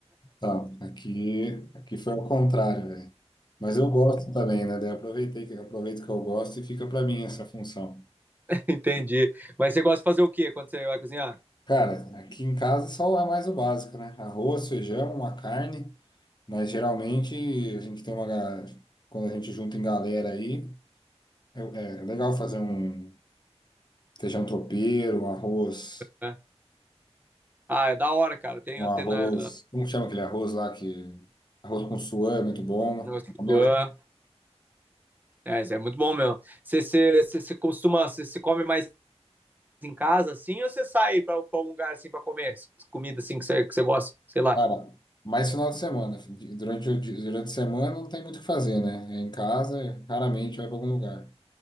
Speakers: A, on the left; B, on the right.
A: tá. Aqui, aqui foi ao contrário, velho. Mas eu gosto também, né? Daí eu aproveitei que aproveito que eu gosto e fica pra mim essa função.
B: <laughs> Entendi. Mas você gosta de fazer o quê quando você vai cozinhar?
A: Cara, aqui em casa só é mais o básico, né? Arroz, feijão, uma carne, mas geralmente a gente tem uma. ga- Quando a gente junta em galera aí, é, é legal fazer um feijão tropeiro, um arroz,
B: É. Ah, é da hora, cara. Tem,
A: um arroz.
B: tem na,
A: Como chama aquele arroz lá que. Arroz com suã é muito bom.
B: no Sichuan.
A: Comeu já,
B: É, isso é muito bom mesmo. Você, você, você, você costuma, você, você come mais em casa, assim, ou você sai para algum lugar, assim, para comer comida, assim, que você, que você gosta? Sei lá.
A: cara, mais final de semana. Durante, o di- durante a semana não tem muito o que fazer, né? É em casa, raramente vai para algum lugar.